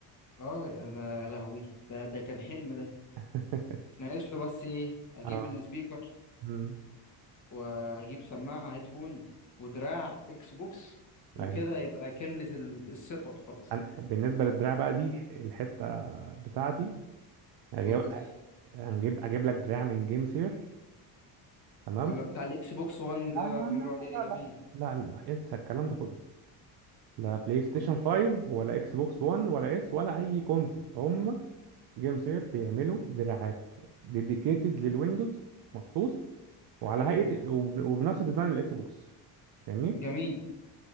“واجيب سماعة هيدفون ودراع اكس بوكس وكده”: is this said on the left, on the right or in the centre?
Left